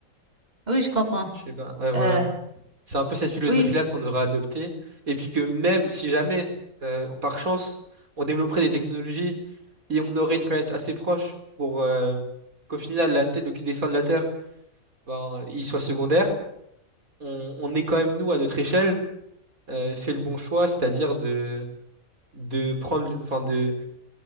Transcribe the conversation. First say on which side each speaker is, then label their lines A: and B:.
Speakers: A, on the right; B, on the right.
A: Oui, je comprends.
B: Je sais pas. Ouais, voilà.
A: Euh,
B: C'est un peu cette philosophie-là
A: oui,
B: qu'on devrait adopter. Et puis que même si jamais, euh, par chance, on développerait des technologies et on aurait une planète assez proche pour euh, qu'au final, la Terre- le dessin de la Terre, ben, il soit secondaire, on, on ait quand même, nous, à notre échelle, euh, fait le bon choix, c'est-à-dire de, de prendre, le- enfin, de,